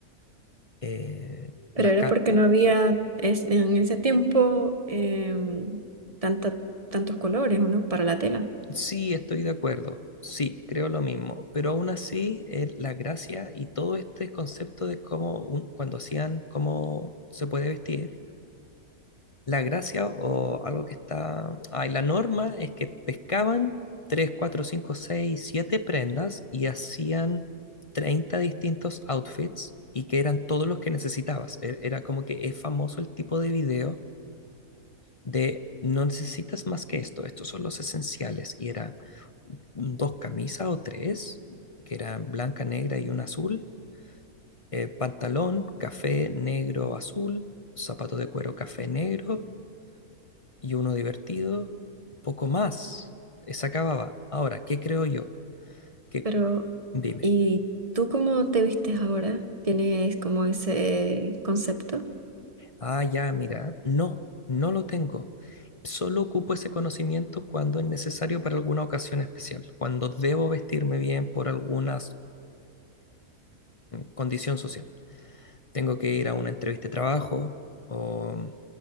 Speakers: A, on the left; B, on the right.
A: Eh,
B: Pero
A: las
B: era
A: ca-
B: porque no había es- en ese tiempo em, tanta, tantos colores, ¿o no? Para la tela.
A: sí, estoy de acuerdo. Sí, creo lo mismo. Pero aún así, eh, la gracia y todo este concepto de cómo, un- cuando hacían cómo se puede vestir La gracia o algo que está... Ay, la norma es que pescaban 3 4 5 6 7 prendas y hacían 30 distintos outfits y que eran todos los que necesitabas. E- Era como que es famoso el tipo de video de no necesitas más que esto, estos son los esenciales. Y era dos camisas o tres, que eran blanca, negra y una azul, eh, pantalón, café, negro, azul, zapatos de cuero, café, negro y uno divertido, poco más. Se acababa. Ahora, ¿qué creo yo? Que
B: Pero,
A: dime.
B: ¿y tú cómo te vistes ahora? ¿Tienes como ese concepto?
A: Ah, ya, mira, no, no lo tengo. Solo ocupo ese conocimiento cuando es necesario para alguna ocasión especial, cuando debo vestirme bien por alguna condición social. Tengo que ir a una entrevista de trabajo o,